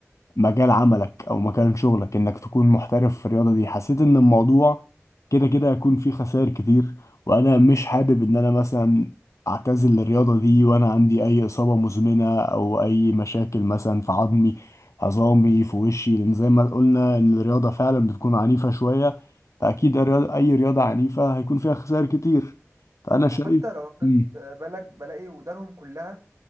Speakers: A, on the left; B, on the right.
A: مجال عملك او مكان شغلك انك تكون محترف في الرياضة دي حسيت ان الموضوع كده كده هيكون فيه خسائر كتير وانا مش
B: مم.
A: حابب ان انا مثلا اعتزل الرياضة دي وانا عندي اي اصابة مزمنة او اي مشاكل مثلا في عظمي عظامي في وشي لان زي ما قلنا ان الرياضة فعلا بتكون عنيفة شوية فاكيد الرياضة- اي رياضة عنيفة هيكون فيها خسائر كتير فانا
B: انا
A: شايف
B: حتى لو خدت
A: مم.
B: بالك بلاقي ودانهم كلها